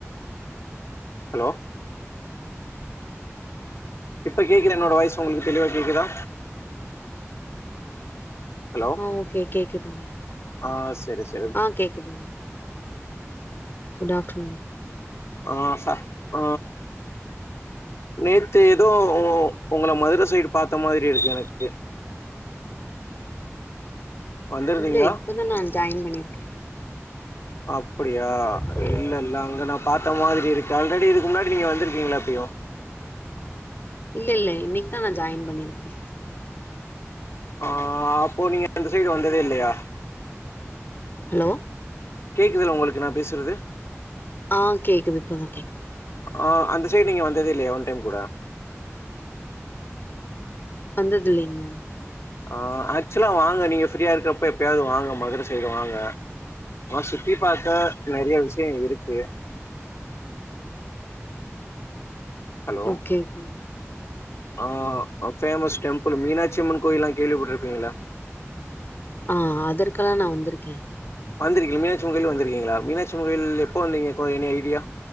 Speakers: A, on the left (about 65°); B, on the left (about 45°).
A: ஹலோ இப்ப கேக்குதா என்னோட வாய்ஸ் உங்களுக்கு தெளிவா கேக்குதா ஹலோ
B: ஆ ஓகே கேக்குதுங்க
A: ஆ சரி ச
B: ஆ கேக்குதுங்க குட் ஆஃப்டர்நூன்
A: ஆ ச உ நேத்து ஏதோ உங்களை மதுர சைடு பாத்த மாதிரி இருக்கு எனக்கு வந்திருந்தீங்களா
B: இல்ல இப்பதா நா ஜாயின் பண்ணியிருக்கே
A: அப்டியா
B: அப்டியா
A: இல்லல் ல அங்க நா பாத்த மாதிரி இருக்கு ஆல்ரெடி இதுக்கு முன்னாடி நீங்க வந்துருக்கீங்களா எப்பயும்
B: இல்ல இல்ல இன்னைக்கு தா நா ஜாயின் பண்ணிருக்கே
A: ஆ அப்போ நீங்க அந்த சைடு வந்ததே இல்லையா
B: ஹலோ
A: கேக்குதா உங்களுக்கு நா பேசுறது
B: ஆ கேக்குது இப்பதா கேக்குது
A: ஆ அந்த சைட் நீங்க வந்ததே இல்லயா ஒன் டைம் கூட
B: வந்ததில்லைங்க
A: ஆ ஆக்சுவலா வாங்க நீங்க ஃப்ரீயா இருக்கப்ப எப்பயாவது வாங்க மதுர சைடு வாங்க சுத்தி பாக்க நெறையா விஷயோ இருக்கு ஹலோ
B: ஓகே ஓகேங்க
A: ஆ அ ஃபேமஸ் டெம்பிள் மீனாட்சியம்மன் கோவில்லா கேள்வி பட்ருப்பீங்கள்ல
B: ஆ அதற்கெல்லா நா வந்துருக்கே
A: வந்திருக்கீங்க மீனாட்சியம்மன் கோயில் வந்திருக்கீங்களா மீனாட்சியம்மன் கோயில் எப்ப வந்தீங்க கோ எனி ஐடியா